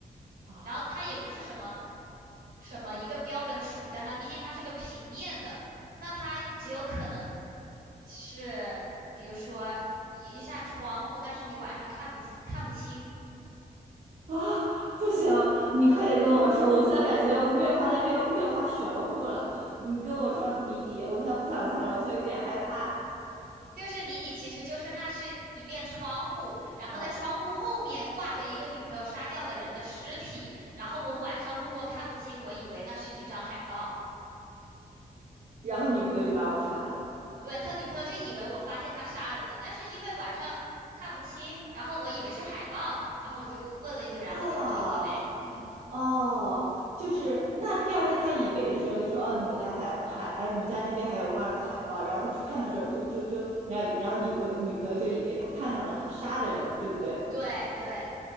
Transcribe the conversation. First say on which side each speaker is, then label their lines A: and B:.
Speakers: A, on the right; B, on the right.
A: 啊，
B: 然后它也不是什么什么一个标本杵在那，毕竟它是个平面的，那它只有可能是，比如说一扇窗户，但是你晚上看不清看不清，
A: 啊，不行，你快点跟我说，我现在感觉我越发的越越发玄乎了。你跟我说谜底，我现在不想猜了，我现在有点害怕。
B: 就是谜底其实就是那是一面窗户，然后在窗户后面挂着一个女朋友杀掉的人的尸体，
A: 嗯，
B: 然后我晚上路过看不清，我以为那是一张海报。
A: 然后女朋友就把我杀了。
B: 对，他女朋友就以为我发现他杀人了，但是因为晚上看不清，然后我以为是海报，然后我就问了一嘴，然后女朋友以为，
A: 啊
B: 嗯，
A: 哦，就是那第二天他以为的时候就说哦，你们家海海哎，你们家那边还有挂了个海报，然后他去看的时候就就就，然后然后女朋友女朋友就以为他看到了他杀的人，对不对？
B: 对对，